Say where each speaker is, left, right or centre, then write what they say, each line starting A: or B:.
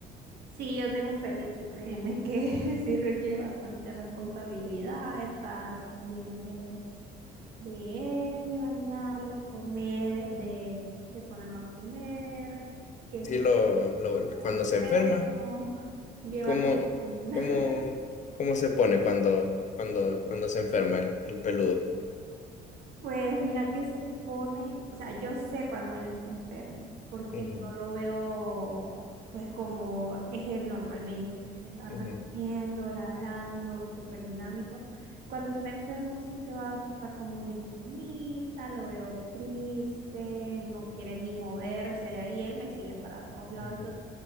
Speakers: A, on the right; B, on the left.
A: Sí, yo tengo un perrito y créeme que <laughs> sí requiere bastante responsabilidad estar pendiente de él, de bañarlo, comer, de, de ponerlo a comer, que
B: Si
A: si
B: lo, lo-
A: está
B: cuando
A: enfermo,
B: se enferma,
A: llevarlo
B: ¿cómo,
A: al veterinario.
B: cómo, cómo se pone cuando, cuando, cuando se enferma el, el peludo?
A: Pues mira que se pone, o sea, yo sé cuando él está enfermo, porque
B: Ujú,
A: no lo veo pues como es él normalmente, que anda
B: ujú,
A: corriendo, ladrando, súper dinámico. Cuando está enfermo sí se va a acostar como una esquinita, lo veo triste, no quiere ni moverse de ahí, él me sigue para todos lados,
B: ujú.
A: entonces